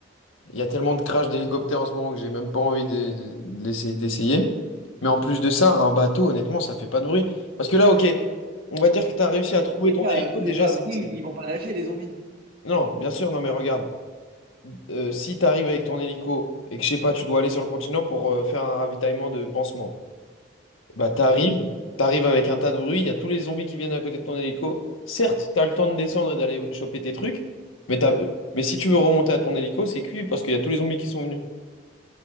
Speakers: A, on the left; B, on the right.
A: il y a tellement de crash d'hélicoptères en ce moment que j'ai même pas envie de, de- d'essa- d'essayer. Mais en plus de ça, un bateau, honnêtement, ça fait pas de bruit. Parce que là, ok, on va dire que tu as réussi
B: Mais
A: à trouver
B: dans tous les
A: ton
B: cas,
A: hélico.
B: euh, bruit
A: Déjà,
B: ou pas
A: c'est.
B: bruit,
A: c'est-
B: ils vont pas nager, les zombies.
A: Non, bien sûr, non, mais regarde. Euh, si tu arrives avec ton hélico et que, je sais pas, tu dois aller sur le continent pour euh, faire un ravitaillement de pansement. Bah, t'arrives, t'arrives avec un tas de bruit, il y a tous les zombies qui viennent à côté de ton hélico. Certes, t'as le temps de descendre et d'aller choper tes trucs, mais t'as- mais si tu veux remonter à ton hélico, c'est cuit parce qu'il y a tous les zombies qui sont venus.